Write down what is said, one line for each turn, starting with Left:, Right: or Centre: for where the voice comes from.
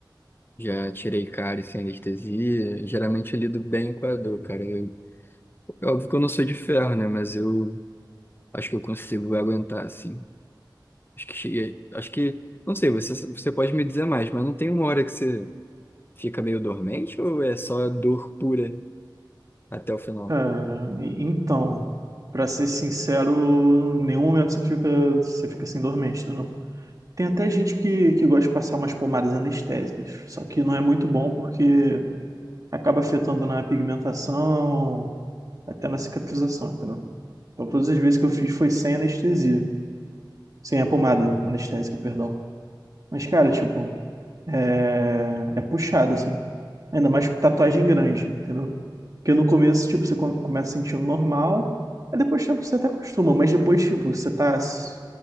Left: já tirei cárie sem anestesia. Geralmente eu lido bem com a dor, cara. Eu, é óbvio que eu não sou de ferro, né? Mas eu acho que eu consigo aguentar, assim. Acho que cheguei, acho que, não sei, você, você pode me dizer mais, mas não tem uma hora que você fica meio dormente ou é só dor pura até o final?
Right: Cara, e- então, pra ser sincero, em nenhum momento você fica, você fica assim dormente, tá, não? Tem até gente que, que gosta de passar umas pomadas anestésicas, só que não é muito bom porque acaba afetando na pigmentação, até na cicatrização, entendeu? Então, todas as vezes que eu fiz foi sem anestesia, sem a pomada anestésica, perdão. Mas, cara, tipo, é, é puxado, assim. Ainda mais com tatuagem grande, entendeu? Porque no começo, tipo, você co- começa sentindo normal, aí depois de tempo você até acostuma, mas depois, tipo, você tá s-